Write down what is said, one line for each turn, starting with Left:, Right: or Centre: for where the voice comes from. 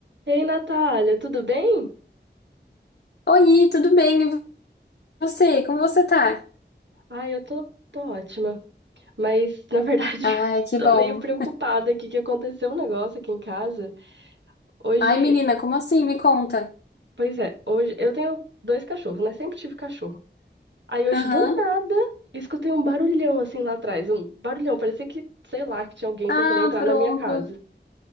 Right: Ei, Natália, tudo bem?
Left: Oi, tudo bem? E você? Como você tá?
Right: Ai, eu tô, tô ótima. Mas, na verdade,
Left: Ai,
Right: <laughs>
Left: que
Right: tô
Left: bom.
Right: meio preocupada aqui que aconteceu um negócio aqui em casa. Hoje,
Left: Ai, menina, como assim? Me conta.
Right: pois é, hoje eu tenho dois cachorros, né? Sempre tive cachorro. Aí hoje,
Left: Aham.
Right: do nada, escutei um barulhão assim lá atrás. Um barulhão, parecia que, sei lá, que tinha alguém
Left: Ah,
Right: tentando entrar
Left: pronto.
Right: na minha casa.